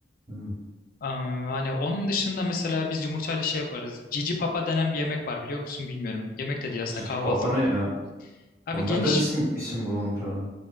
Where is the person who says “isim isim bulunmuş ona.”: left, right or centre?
Right